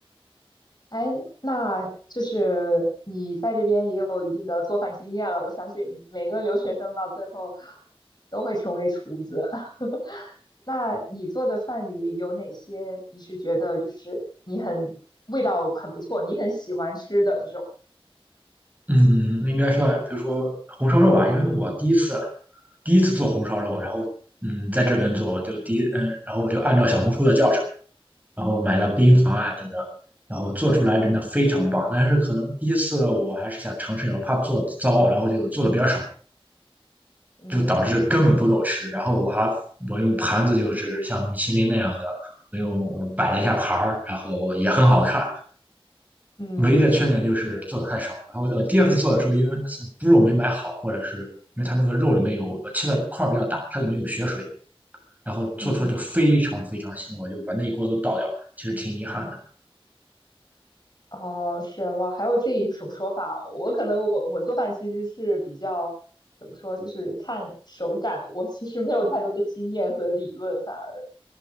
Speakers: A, on the left (about 45°); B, on the right (about 15°).
A: 哎，那就是你在这边也有一定的做饭经验了。我相信每个留学生到最后都会成为厨子。<laughs> 那你做的饭里有哪些你是觉得就是你很味道很不错，你很喜欢吃的这种？
B: 嗯，应该算，比如说红烧肉吧，因为我第一次第一次做红烧肉，然后嗯，在这边做，就第一嗯，然后我就按照小红书的教程。然后买了冰糖啊等等，然后做出来真的非常棒。
A: 嗯
B: 但是可能第一次我还是想尝试一下，我怕做糟，然后就做的比较少，
A: 嗯
B: 就导致根本不够吃。然后我还我用盘子就是像米其林那样的，我用嗯摆了一下盘儿，然后也很好看。
A: 嗯
B: 唯一的缺点就是做的太少。然后我第二次做的时候，因为那次猪肉没买好，或者是因为它那个肉里面有我切的块儿比较大，它里面有血水，然后做出来就非常非常腥，
A: 嗯。
B: 我就把那一锅都倒掉了，其实挺遗憾的。
A: 哦，是哇，还有这一种说法。我可能我我做饭其实是比较怎么说，就是看手感。我其实没有太多的经验和理论，反而。